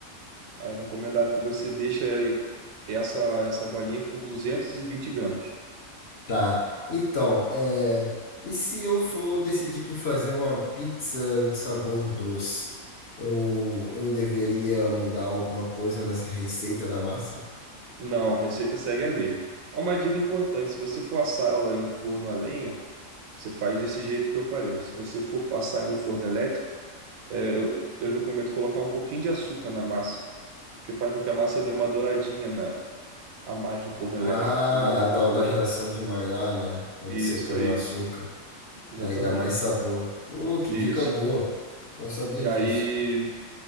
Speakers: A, on the right; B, on the left.
A: Aí, é recomendado que você deixe essa, essa bolinha com 220 gramas.
B: Tá. Então, é... e se eu for decidir por fazer uma pizza de sabor doce? Eu, eu deveria mudar alguma coisa nessa receita da massa?
A: Não, a receita segue a mesma. Há Uma dica importante: se você for assar ela em forno a lenha, você faz desse jeito que eu falei, mas se você for assar ela no forno elétrico, é, eu, eu recomendo colocar um pouquinho de açúcar na massa, que faz com que a massa dê uma douradinha na, a mais no forno elétrico.
B: Ah,
A: Isso é uma dica
B: a tal
A: boa.
B: da reação de Maillard, né? Quando
A: Isso
B: você põe
A: aí,
B: o açúcar.
A: exatamente.
B: Aí dá mais sabor. Pô, que
A: Isso.
B: dica boa. Não sabia
A: E
B: disso.
A: aí